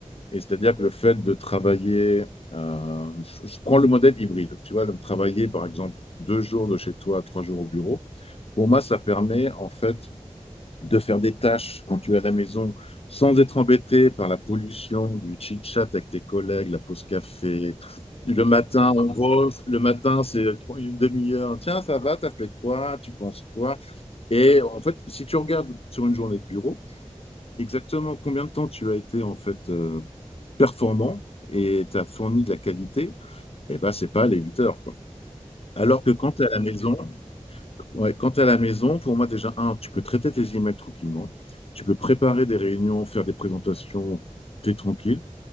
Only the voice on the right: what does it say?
Mhm.
Les réunions,
ah bah tout
hein.